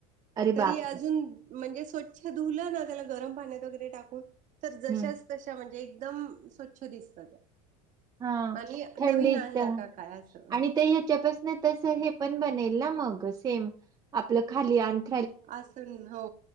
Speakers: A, on the right; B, on the right.
A: अरे
B: तरी
A: बापरे!
B: अजून म्हणजे स्वच्छ धुलं ना त्याला गरम पाण्यात वगरे टाकून तर जशाच
A: हं.
B: तशा म्हणजे एक दम स्वच्छ दिसत त्या.
A: हा
B: आणि
A: थंडीत
B: नवीन आणला का काय असं
A: आणि ते ह्याच्यापासन तस हे पण बनेल ना मग. सेम आपल खाली आली
B: आसन हो